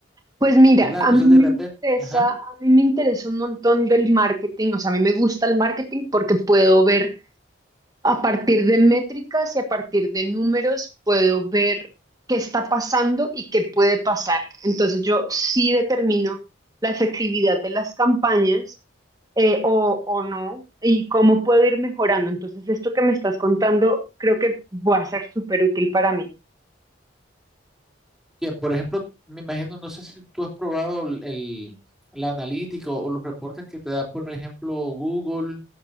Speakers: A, on the right; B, in the centre.
A: Pues mira,
B: ¿verdad?
A: a
B: Entonces
A: mí
B: de
A: me
B: repente,
A: interesa,
B: ajá,
A: a mí me interesa un montón del marketing, o sea, a mí me gusta el marketing porque puedo ver A partir de métricas y a partir de números puedo ver qué está pasando y qué puede pasar. Entonces yo sí determino la efectividad de las campañas eh, o, o no y cómo puedo ir mejorando. Entonces esto que me estás contando creo que va a ser súper útil para mí.
B: bien, por ejemplo, me imagino, no sé si tú has probado el, el- la analítica o, o los reportes que te da, por ejemplo, Google